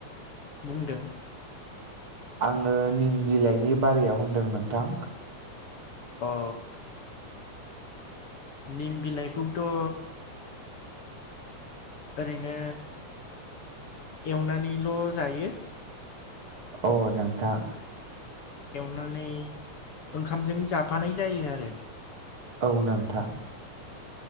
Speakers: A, on the left; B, on the right.
A: बुंदों।
B: आङो निम बिलाइनि बारियाव होनदों नोंथां
A: अ निम बिलाइखौथ' ओरैनो एवनानैल' जायो।
B: अ नोंथां
A: एवनानै ओंखामजों जाफानाय जायो आरो
B: औ नोंथां